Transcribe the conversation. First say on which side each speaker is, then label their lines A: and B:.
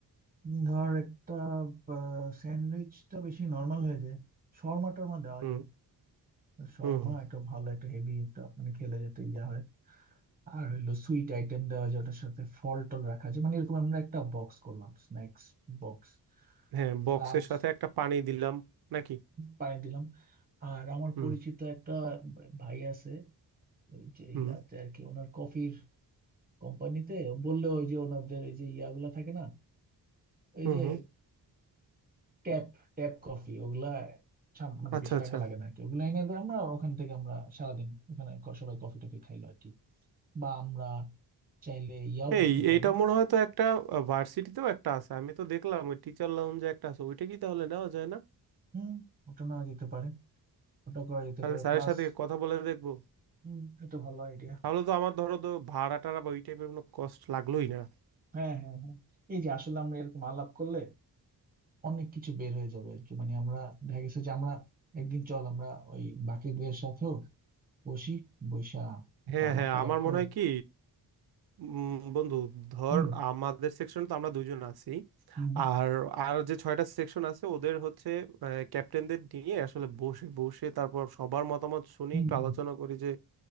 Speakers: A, on the right (about 20°); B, on the right (about 60°).
A: ধর একটা স্যান্ডউইচটা বেশি নর্মাল হয়ে যায় শর্মা টর্মা দেওয়া
B: হুম
A: যায় তো শর্মা
B: হুম হুম।
A: একটা ভালো একটা হেভি একটা মানে খেলে যেতে ইয়ে হয় আর হইলো সুইট আইটেম দেওয়া যায় ওটার সাথে ফল টল রাখা আছে মানে এরকম আমরা একটা বক্স করলাম স্ন্যাক্স বক্স
B: হ্যাঁ বক্সের
A: প্লাস
B: সাথে একটা পানি দিলাম নাকি
A: পানি দিলাম আর আমার
B: হুম
A: পরিচিত একটা ভাই আছে ওই যে
B: হুম
A: ইয়াতে আর কি ওনার কফির কোম্পানিতে বললে ওই যে ওনাদের ওই যে ইয়াগুলা থাকে না ওই
B: হুম
A: যে
B: হুম
A: ট্যাপ ট্যাপ কফি ওগুলা সাম- মানে
B: আচ্ছা
A: বেশি
B: আচ্ছা
A: টাকা লাগে না আর কি ওগুলা এনে দেয় আমরা ওখান থেকে আমরা সারাদিন ওখানে ক- সবাই কফি টফি খাইলো আর কি বা আমরা চাইলে ইয়াও করতে
B: এই
A: পারি
B: এইটা মনে হয় তো একটা ভার্সিটিতেও একটা আছে আমি তো দেখলাম ওই টিচার লাউঞ্জে একটা আছে ওইটা কি তাহলে নেওয়া যায় না
A: হুম ওটা নেওয়া যেতে পারে ওটা করা যেতে
B: তাহলে
A: পারে
B: স্যারের
A: প্লাস
B: সাথে কথা বলে দেখবো
A: হুম এটা ভালো আইডিয়া
B: তাহলে তো আমার ধরো তো ভাড়া টাড়া বা ওই টাইপের কোনো কষ্ট লাগলোই না
A: হ্যাঁ হ্যাঁ হ্যাঁ এই যে আসলে আমরা এরকম আলাপ করলে অনেক কিছু বের হয়ে যাবে আর কি মানে আমরা দেখা গেছে যে আমরা একদিন চল আমরা ওই বাকি দুয়ের সাথেও বসি বৈশা একটা
B: হ্যাঁ
A: আলাপ
B: হ্যাঁ
A: টালাপ
B: আমার মনে
A: করে
B: হয় কি উম, বন্ধু ধর
A: হুম
B: আমাদের সেকশন তো আমরা দুজন আছি
A: হুম
B: আর আর যে ছয়টা সেকশন আছে ওদের হচ্ছে ক্যাপ্টেনদের নিয়ে আসলে বসে বসে তারপর সবার মতামত শুনি
A: হুম
B: একটু আলোচনা করি যে